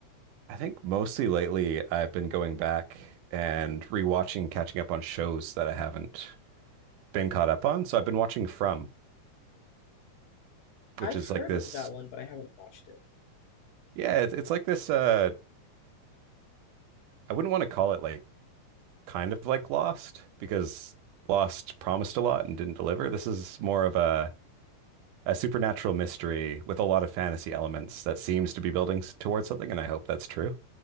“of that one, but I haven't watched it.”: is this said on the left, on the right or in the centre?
Left